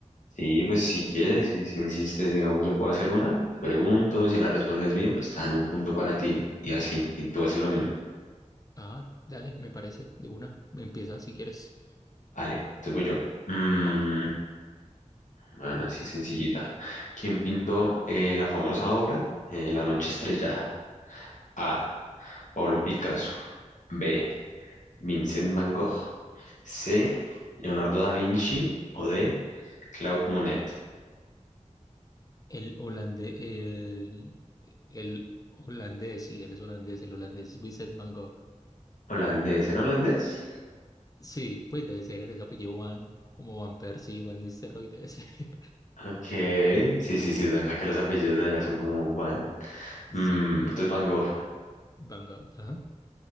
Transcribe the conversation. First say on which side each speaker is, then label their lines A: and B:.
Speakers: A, on the left (about 80°); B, on the left (about 30°).
A: Sí, pues si quieres, si, si insistes, digamos, yo puedo hacer una, te pregunto, si la respondes bien, pues está en un punto para ti y así, y tú haces lo mismo.
B: Ah, dale, me parece, de una, empieza si quieres.
A: Vale, entonces voy yo. Mm,
B: Vale,
A: Bueno, así sencillita. ¿Quién pintó eh, la famosa obra eh, La noche estrellada? A. Pablo Picasso. B. Vincent Van Gogh. C. Leonardo da Vinci. O D. Claude Monet.
B: el holandés, el, el holandés, sí, él es holandés, el holandés Vincent Van Gogh.
A: ¿Holandés? ¿Era holandés?
B: Sí, pues debe ser, ese apellido Van, como Van Persie, Van Nistelrooy, debe ser. <laughs>
A: Ok. Sí, sí, sí, es verdad que los apellidos de allá son como Van. Mm,
B: Sí,
A: entonces Van Gogh.
B: Van Gogh, ajá.